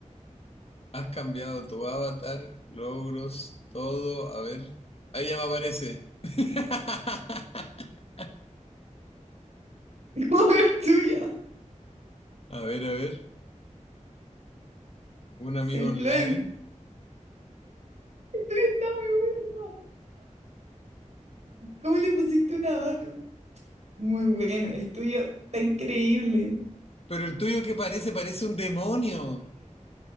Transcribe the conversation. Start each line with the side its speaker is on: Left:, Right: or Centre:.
Left: Has cambiado tu avatar, logros, todo. A ver. Ahí ya me aparece. <laughs>
Right: <laughs> Como el tuyo.
Left: A ver, a ver. Un
Right: Saint
Left: amigo online.
Right: Floyd. El tuyo <laughs> está muy bueno. ¿Cómo le pusiste una mano? Muy bueno, el tuyo está increíble.
Left: Pero el tuyo que parece, parece un demonio.